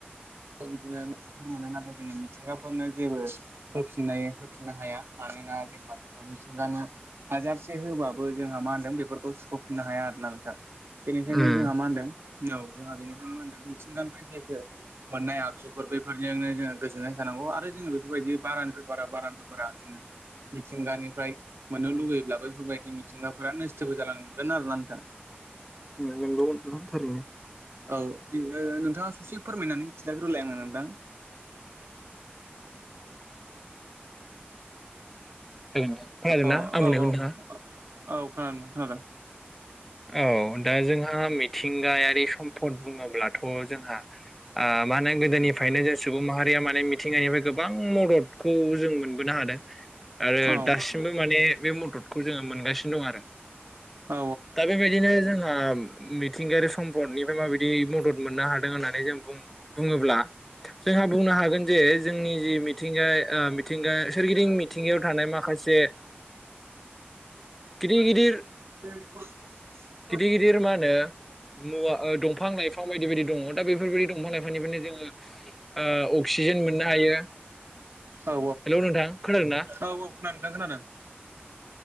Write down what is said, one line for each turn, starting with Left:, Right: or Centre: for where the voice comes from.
Right: बिदिनो मोनो नाथाय जोंङो मिथिंगाफोरनो जेबो होफिननाय होफिननो हाया मानोना जोंहा बिदिनो मिथिंगानि हाजारसे होबाबो जोंहा मा होनदों बेफोरखौ सुख'फिननो हाया आरोना नोंथां बेनिखायनो
Centre: उम
Right: जोंहा मा होनदों औ जोंहा बेनिखायनो मा होनदों मिथिंगानिफ्राय जेखौ मोननाय आगजुफोर बैफोरजोंनो जोङो गोजोननाय थानांगौ आरो जोङो बेफोरबायदि बारानि पेपारा बारानि पेपारा जोङो मिथिंगानिफ्राय मोननो लुुबैब्ला बेफोरबायदि मिथिंगाफोरा नोसथोबो जालांगोन आरोना नोंथां
Centre: नंगौ नोंथां थारैनो
Right: औ बेयो नोंथाङा ससे फोरमायनानै खिथाग्रोलाय आंनो नोंथां
Centre: <inaudible> खोनादों
Right: औ
Centre: ना आं बुंनायखौ
Right: औ औ
Centre: नोंथाङा
Right: औ खोनादों खोनादों
Centre: औ दा जोंहा मिथिंगायारि सम्पद बुङोब्लाथ' जोंहा आ मानो गोदोनिफ्रायनो जों सुबुं माहारिया माने मिथिंगानिफ्राय गोबां मददखौ जों मोनबोनो हादों आरो
Right: खोनादों
Centre: दासिमबो माने बे मददखौ जोङो मोनगासिनो दं आरो
Right: औ
Centre: दा बेबायदिनो जोंहा मिथिंगायारि सम्पदनिफ्राय माबायदि मदद मोननो हादों होननानै जों बुोब्ला जोंहा बुंनो हागोन जे जोंनि जि मिथिंगा मिथिंगा सोरगिदिं मिथिंगायाव थानाय माखासे गिदिर गदिर
Right: बे <unintelligible>
Centre: गिदिर गिदिर मा होनो मुवा दंफां लाइफां बायदि बायदि दङ दा बेफोरबायदि दंफां लाइफां बिनिफ्रायनो जोङो अक्सिजेन ओ मोननो हायो
Right: औ
Centre: हेलौ नोंथां खोनादों ना
Right: औ औ खोनादों नोंथां खोनादों